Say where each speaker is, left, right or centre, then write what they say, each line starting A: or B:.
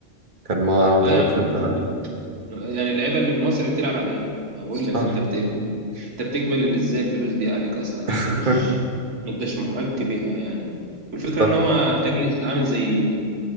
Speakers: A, on the right; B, on the right.
A: كان ما ما تعرفش
B: يا عم
A: انت
B: أنا بقول لك يعني اللعيبه اللي في مصر بتلعب على ايه؟ أنا بقول
A: صح
B: لك انت بت... انت بتقبل ازاي الفلوس دي عليك اصلا
A: <laughs>
B: انت مش ما انتش محق بيها يعني والفكره
A: صح
B: ان هو بتجلي عامل زي